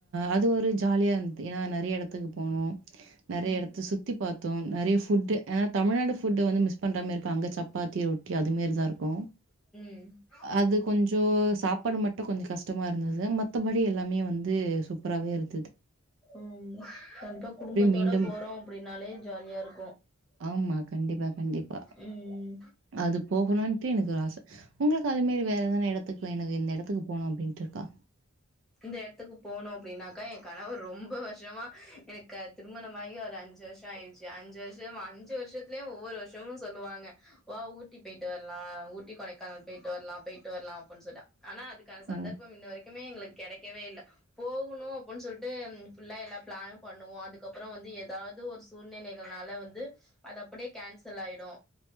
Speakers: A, on the right; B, in the centre.
A: அது ஒரு ஜாலியா இருந்துது ஏன்னா நெறையா எடத்துக்கு போனோ நெறைய
B: ம்
A: எடத்த சுத் சுத்தி பாத்தோ நெறைய ஃபுட்டு ஏனா தமிழ்நாடு ஃபுட்ட வந்து மிஸ் பண்றமாருக்கு அங்க சப்பத்தி ரொட்டி அதுமேரிதா இருக்கு
B: ம்
A: அது கொஞ்சோ சாப்பாடு மட்டு கொஞ்சோ கஷ்டமா இருந்தது மத்தபடி எல்லாமே வந்து சூ சூப்பராவே இருந்துது
B: ம் கண்டிப்பா குடும்பத்தோட
A: மீண்டும்
B: போறோ அப்டின்னாலே ஜாலியா இருக்கூ
A: ஆமா கண்டிப்பா கண்டிப்பா
B: ம்
A: அது போகணுன்டு எனக்கு ஒரு ஆச உங்களுக்கு அதேமேறி வேற எதான எடத்துக்கு எனக்கு இந்த எடத்துக்கு போணு அப்டின்ட்டு இருக்கா
B: இந்த எடத்துக்கு போணு அப்டின்னாக்க என் கணவர் ரொம்ப வருஷோமா எனக்கு திருமணமாகி ஒரு அஞ்சு வருஷோ ஆயிருச்சு அஞ்சு வருஷோ அஞ்சு வருஷத்துலயு ஒவ்வொரு வருஷமு சொல்வாங்க வா ஊட்டி பொயிட்டு வர்லா ஊட்டி கொடைக்கானல் பொயிட்டு வர்லா பொயிட் ட்டு வர்லா அப்புன்னு சொல்ல ஆனா அதுக்கான சந்தர்பம்
A: ம்.
B: இன்ன வரைக்குமே எங்களுக் கெடைக்கவே இல்ல போகணு அப்புன் சொல்ட்டு ஃபுல்லா எல்லா பிளானு பண்ணுவோ அதுக்கப்புறோ வந்து எதாவ்து ஒரு சூழ்நிலைகளால வந்து அது அப்படே கேன்சல் ஆயிடு